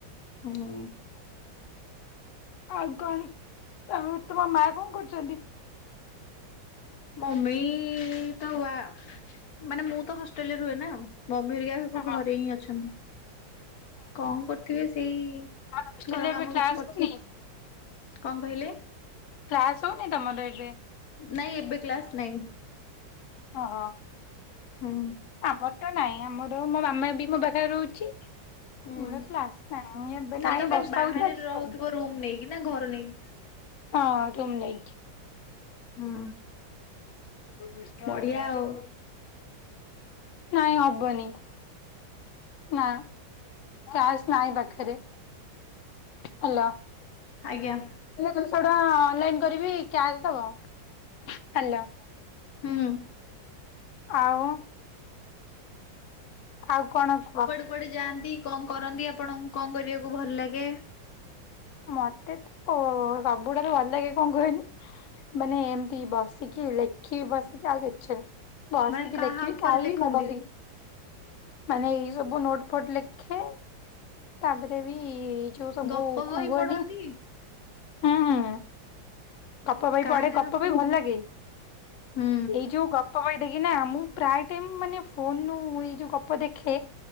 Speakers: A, on the left (about 60°); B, on the left (about 85°).
A: ହୁଁ
B: ଆଉ <unintelligible> ତମ ତମ ମା କଣ କରୁଚନ୍ତି?
A: ମମି ତ ବା ମାନେ ମୁଁ ତ ହଷ୍ଟେଲରେ ରୁହେ ନା। ମମି ହେରିକା ସବୁ
B: ହଁ ହଁ
A: ଘରେ ହିଁ ଅଛନ୍ତି। କଣ କରୁଥିବେ ସେଇ
B: ଆମର ହଷ୍ଟେଲରେ
A: ଘର
B: ଏବେ
A: କାମ
B: କ୍ଲାସ
A: କିଛି କରୁଥିବେ।
B: ହଉନି
A: କଣ କହିଲେ?
B: କ୍ଲାସ୍ ହଉନି ତମର ଏବେ?
A: ନାଇଁ ଏବେ କ୍ଲାସ ନାହିଁ।
B: ଅ ହ।
A: ହୁଁ।
B: ଆମର ତ ନାଇଁ। ଆମର ମୋ ମାମା ବି ମୋ ପାଖରେ ରହୁଚି। <unintelligible>
A: ହୁଁ ତାହେଲେ ତମେ ବାହାରେ ରହୁଥିବ ରୁମ ନେଇକି ନା ଘର ନେଇକି
B: ହଁ ତମ ନେଇଟ୍।
A: ହୁଁ।
B: ଦୁଇ ଶହ ଟଙ୍କା
A: ବଢିଆ
B: କ୍ୟାସ
A: ଆଉ
B: ହବ? ନାଇଁ ହବନି। ନା କ୍ୟାସ ନାହିଁ ପାଖରେ। ହଲୋ।
A: ଆଜ୍ଞା।
B: ହେଲେ ଦୁଇଶହ ଟଙ୍କା ଅନଲାଇନ କରିବି କ୍ୟାସ୍ ଦବ ହାଲୋ।
A: ହୁଁ।
B: ଆଉ ଆଉ କଣ କୁହ?
A: କୁଆଡ଼େ ଯାଆନ୍ତି କଣ କରନ୍ତି ଆପଣଙ୍କୁ କଣ କରିବାକୁ ଭଲ ଲାଗେ?
B: ମତେ ଓ ସବୁଠାରୁ ଭଲ ଲାଗେ କଣ କହିଲୁ? ମାନେ ଏମିତି ବସିକି ଲେଖିବି ବସିକି ଆଉକିଛି ନା। ଵସିକି
A: ମାନେ କାହା
B: ଲେଖିବି
A: ଉପରେ
B: ଖାଇବି
A: ଲେଖନ୍ତି
B: ମୋବାଇଲ୍ ଦେଖିବି ମାନେ ଇଏ ସବୁ ନୋଟ ଫୋଟ ଲେଖେ। ତାପରେ ବି ଯୋଉ ସବୁ
A: ଗପ ବହି
B: କଣ କୁହନି
A: ପଢନ୍ତି
B: ହୁଁ ହୁଁ। ଗପ ବହି
A: କାହା
B: ପଢ଼େ
A: କାହା
B: ଗପ
A: ଉପରେ?
B: ବହି ଭଲ ଲାଗେ
A: ହୁଁ
B: ଏଇ ଯୋଉ ଗ ପ ବହିରେ କି ନା ମୁଁ ପ୍ରାୟ ଟାଇମ୍ ମାନେ ଫୋନୁ ଏଇ ଯୋଉ ଗପ ଦେଖେ।